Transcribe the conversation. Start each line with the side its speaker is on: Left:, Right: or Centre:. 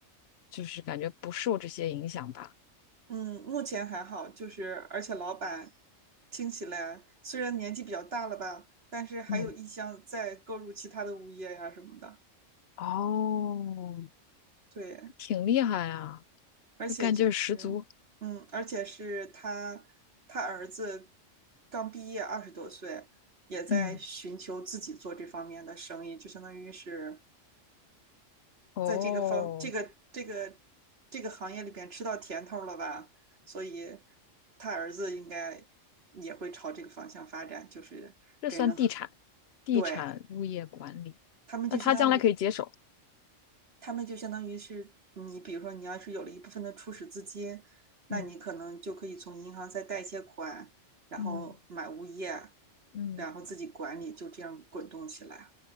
Left: 就是感觉不受这些影响吧？
Right: 嗯，目前还好，就是而且老板听起来虽然年纪比较大了吧，但是还有意向再购入其他的物业呀、
Left: 嗯，
Right: 什么的。
Left: 哦，
Right: 对，
Left: 挺厉害啊，
Right: 而且就是，
Left: 就干劲儿十足。
Right: 嗯，而且是他他儿子刚毕业二十多岁，也在寻求自己做这方面的生意，
Left: 嗯，
Right: 就相当于是
Left: 哦，
Right: 在这个方这个这个这个行业里边吃到甜头了吧，所以他儿子应该也会朝这个方向发展，就是给人
Left: 这算地产，地产物业管理。
Right: 对他们就相当于
Left: 那他将来可以接手。
Right: 他们就相当于是你，比如说你要是有了一部分的初始资金，那你可能就可以从银行再贷一些款，
Left: 嗯
Right: 然后买物业，
Left: 嗯嗯
Right: 然后自己管理，就这样滚动起来。